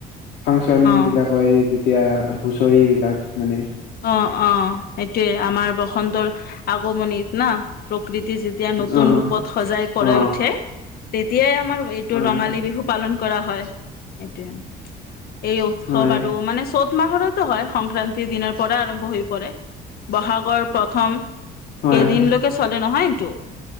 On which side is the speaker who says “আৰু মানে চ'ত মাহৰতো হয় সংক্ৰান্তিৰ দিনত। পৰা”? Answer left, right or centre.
Left